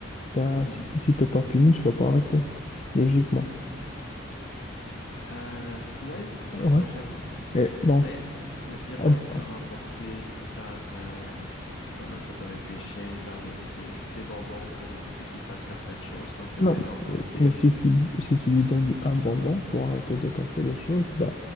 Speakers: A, on the left; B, on the left.
A: ben
B: Mhm.
A: si, si t'es pas puni, tu vas pas arrêter, logiquement.
B: Euh, ouais,
A: Ouais.
B: ouais, j'avoue.
A: Et donc,
B: Mais il y, a y a
A: on
B: moyen
A: peut-
B: aussi de renforcer par, euh, comme un peu comme avec les chiens, leur donner des, des bonbons pour éviter qu'ils fassent certaines choses. Donc, il
A: non,
B: y a moyen de renforcer.
A: mais, mais si tu, si tu lui donnes du- un bonbon pour arrêter de casser les choses, ben